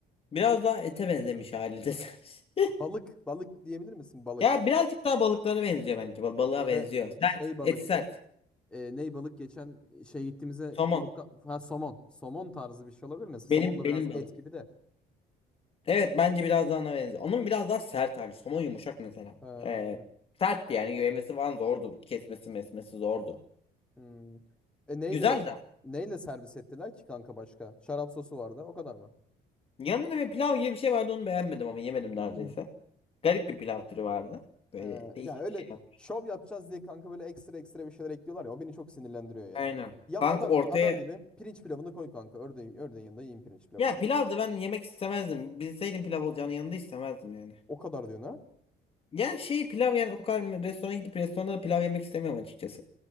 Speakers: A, on the left (about 35°); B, in the centre.
A: biraz daha ete benzemiş hali de. <laughs>
B: Balık, balık diyebilir misin? Balık.
A: Ya birazcık daha balıklara benziyor bence. Ba- Balığa
B: Böyle
A: benziyor. Sert.
B: şey balık.
A: Eti sert.
B: E, ney balık geçen şey gittiğimizde
A: Somon.
B: Furkan, ha, somon. Somon tarzı bir şey olabilir mi? Somon
A: Benim
B: da
A: benim
B: biraz
A: balık.
B: et gibi de.
A: Evet bence biraz daha ona benziyor. Onun biraz daha sert hali. Somon yumuşak mesela.
B: Ha,
A: Ee, sertti yani. Yemesi falan zordu. Kesmesi mesmesi zordu.
B: hmm. E, neyle
A: Güzeldi.
B: neyle servis ettiler ki kanka başka? Şarap sosu vardı. O kadar mı?
A: Yanında bir pilav gibi bir şey vardı onu beğenmedim ama yemedim neredeyse.
B: <clears throat>
A: Garip bir pilav türü vardı. Böyle
B: Ee,
A: değişik
B: ya öyle
A: bir şey yaptı.
B: şov yapacağız diye kanka böyle ekstra ekstra bir şeyler ekliyorlar ya o beni çok sinirlendiriyor ya.
A: Aynen.
B: Yap
A: Kanka
B: adam
A: ortaya
B: adam gibi pirinç pilavını koy kanka. Ördeğin, ördeğin yanında yiyin pirinç pilavını.
A: Ya pilav da ben yemek istemezdim. Bilseydim pilav olacağını yanında istemezdim yani.
B: O kadar diyorsun ha.
A: Ya şey pilav yani o kadar restorana gidip restoranda da pilav yemek istemiyorum açıkçası.